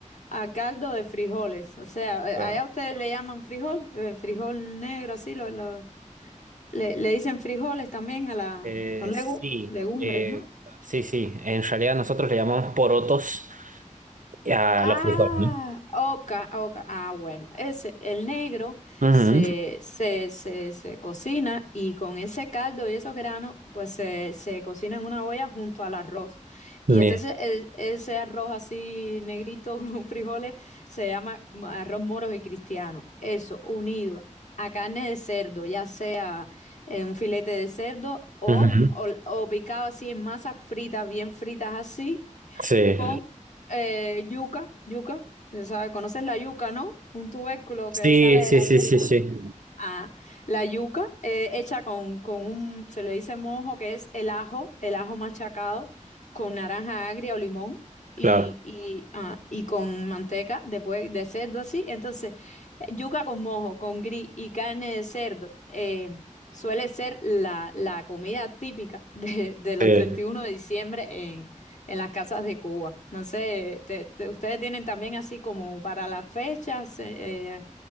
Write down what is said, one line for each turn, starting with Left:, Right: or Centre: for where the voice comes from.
Left: a caldo de frijoles. O sea, eh,
Right: claro.
Left: allá ustedes le llaman frijol, eh, frijol negro, así lo, lo- le, le dicen frijoles también a la,
Right: Eh,
Left: son
Right: sí,
Left: legu- legumbres,
Right: eh,
Left: ¿no?
Right: sí, sí. En realidad nosotros le llamamos porotos a
Left: Ah,
Right: los frijoles,
Left: oca, oca. Ah, bueno, ese, el negro
Right: ¿no?
Left: se,
Right: Ujú,
Left: se, se, se cocina y con ese caldo y esos granos, pues se, se cocina en una olla junto al arroz. Y
Right: Bien.
Left: entonces el- ese arroz así negrito <laughs> con frijoles se llama ma- arroz moros y cristiano. Eso, unido a carne de cerdo, ya sea eh, un filete de cerdo o,
Right: Ujú.
Left: o o picado así en masas fritas, bien fritas así
Right: Sí.
Left: con eh, yuca, yuca, se sabe, conoces la yuca, ¿no? Un tubérculo
Right: Sí,
Left: que sale de
Right: sí,
Left: la,
Right: sí,
Left: te-
Right: sí, sí.
Left: Ah, la yuca eh, hecha con, con un, se le dice mojo, que es el ajo, el ajo machacado con naranja agria o limón
Right: Claro.
Left: y, y, ah, y con manteca después de cerdo así. Entonces, eh, yuca con mojo, con gris y carne de cerdo eh, suele ser la, la comida típica <laughs> de, de los
Right: Sí.
Left: 31 de diciembre en, en las casas de Cuba. No sé, te- te- ¿ustedes tienen también así como para las fechas eh, eh,